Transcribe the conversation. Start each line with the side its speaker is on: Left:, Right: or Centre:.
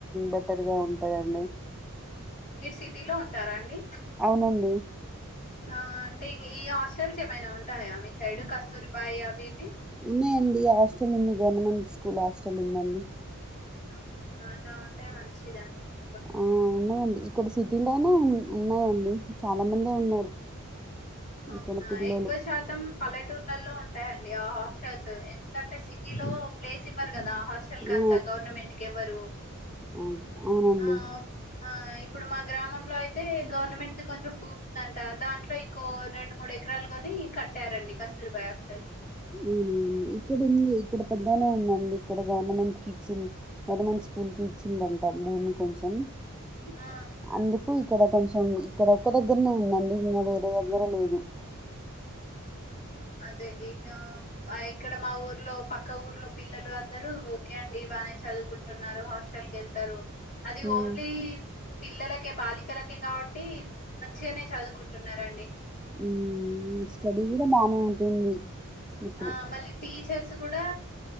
Centre: బెటర్ గా ఉంటది టన్నై
Left: మీరు సిటీలో ఉంటారా అండి
Centre: అవునండి
Left: ఆ అంటే ఈ హాస్టల్స్ ఏమైనా ఉంటాయా మీ సైడ్ కస్తూరి బాయి అవి ఇవి
Centre: ఉన్నాయండి హాస్టల్ ఉంది గవర్నమెంట్ స్కూల్ హాస్టల్ ఉందండి
Left: అవునా అలా ఉంటే మంచిదండి కొంచెం
Centre: ఆ ఉన్నాయండి ఇక్కడ సిటీలోనే ఉ ఉన్నాయండి చాలా మందే ఉన్నారు
Left: అవునా
Centre: ఇక్కడ పిల్లలు
Left: ఎక్కువ శాతం పల్లెటూర్లలో ఉంటాయండి ఆ హాస్టల్స్ ఎందుకంటే సిటీ లో ప్లేస్ ఇవ్వరు కదా హాస్టల్
Centre: ఆ
Left: కంతా గవర్నమెంట్ కేవ్వరు
Centre: ఆ, అవునండి
Left: ఆ ఇప్పుడు మా గ్రామంలో అయితే గవర్నమెంటుది కొంచెం భూమి ఉందంట దాంట్లో ఇంకో రెండు మూడు ఎకరాలు గోని కట్టారండి కస్తూరిబాయి హాస్టల్
Centre: అవునవును ఇక్కడ ఉంది ఇక్కడ పెద్దగనే ఉందన్ ఇక్కడ గవర్నమెంట్ కి ఇచ్చింది గవర్నమెంట్ స్కూల్ కి ఇచ్చిందంట భూమి కొంచెం
Left: ఆ
Centre: అందుకు ఇక్కడ కొంచెం ఇక్కడ ఒక్క దగ్గరనే ఉందండి ఇంకా వేరే దగ్గర లేదు
Left: అదే ఈ ఆ ఐ ఇక్కడ మా ఊర్లో పక్క ఊర్లో పిల్లలు అందరూ ఓకే అండి బాగానే చదువుకుంటున్నారు హాస్టల్ కేళ్త టారు అది
Centre: హ్మ్.
Left: ఓన్లీ పిల్లలకే బాలికలకే కాబట్టి మంచిగానే చదువుకుంటున్నారండి
Centre: ఉమ్ స్టడీ కూడా బానే ఉంటుంది ఇప్పుడు.
Left: ఆ మళ్ళీ టీచర్స్ కూడా